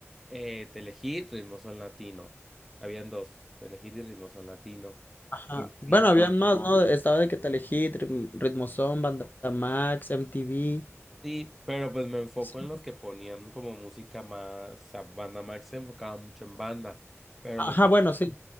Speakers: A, in the centre; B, on the left.
A: eh, Telehit, Ritmo Son Latino. Habían dos, Telehit y Ritmo Son Latino.
B: ajá.
A: en TV.
B: Bueno, había más, ¿no? Estaba de que te elegí, Ritmo Ritmozón, Banda Max, MTV.
A: Sí, pero pues me enfoco
B: Sí.
A: en los que ponían como música más, o sea, banda más se enfocaba mucho en banda, pero
B: Ajá,
A: lo que
B: bueno, sí.